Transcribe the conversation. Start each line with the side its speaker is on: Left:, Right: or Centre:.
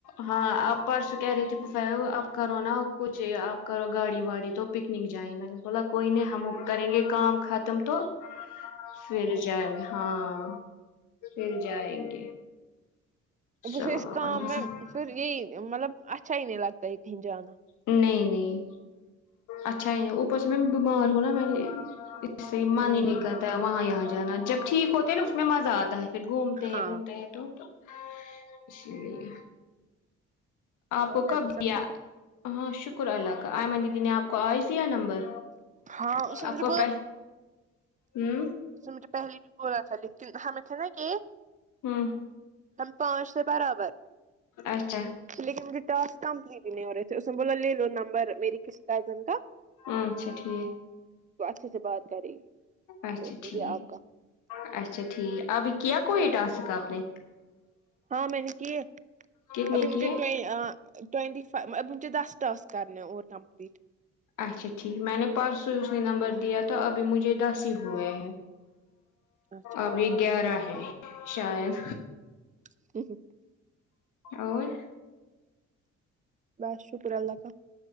Left: ہاں اب پرسوں کہہ رہی تھی <unintelligible> آپ کرو نا کچھ آپ کرو گاڑی واڑی تو پکنک جاے میں نے بولا کوئی نہیں ہم کریں گے کام ختم تو پھر جائیں گے ہاں پھر جائیں گے
Right: بس
Left: چلو
Right: اس
Left: اللہ
Right: کام
Left: علیہ وسلم
Right: میں پھر یہی مطلب اچھا ہی نہیں لگتا یہ کہیں جانا
Left: نہیں نہیں اچھا ہے اوپر سے میں بیمار ہوں نا میں نے سے من
Right: ہوں
Left: ہی نہیں کرتا ہے وہاں یہاں جانا جب ٹھیک ہوتے ہیں نا اس میں مزہ آتا ہے پھر گھومتے ہیں
Right: ہاں
Left: وومتے ہیں تو تو اسی لیے آپ
Right: اور
Left: کو
Right: گھر
Left: کب
Right: پہ سب
Left: دیا
Right: ٹھیک ہے
Left: ہاں شکر اللہ کا ائمن دیدی نے آپ آئی سی یا نمبر
Right: ہاں اس نے
Left: آپکو
Right: مجھے
Left: پ ہوں
Right: جی مجھے پہلے بھی بولا تھا لیکن ہمیں تھے نا کہ
Left: ہوں
Right: ہم پانچ تھے برابر
Left: اچھا
Right: لیکن مجھے ٹرسک کمپلیٹ نہیں ہو رہے تھے اس نے بولا لے لو نمبر میری کسی کزن کا
Left: اچھا ٹھیک
Right: وہ اچھے سے بات کرے گی
Left: اچھا
Right: تو اس میں
Left: ٹھیک
Right: بھی آپ کا
Left: اچھا ٹھیک ابھی کیا کوئی ٹاسک آپ نے
Right: ہاں میں نے کی ہے
Left: کتنے
Right: ابھی مجھے
Left: کیے
Right: ٹ آ ٹوونٹی فائیو مجھے دس ٹاسک کرنے اور کمپلیٹ
Left: اچھا ٹھیک میں نے پرسوں ہی اس نے نمبر دیا تو ابھی مجھے دس ہی ہوئے ہیں
Right: اچھا
Left: ابھی گیارہ ہے شاید
Right: <inaudible>
Left: اور
Right: بس شکر اللہ کا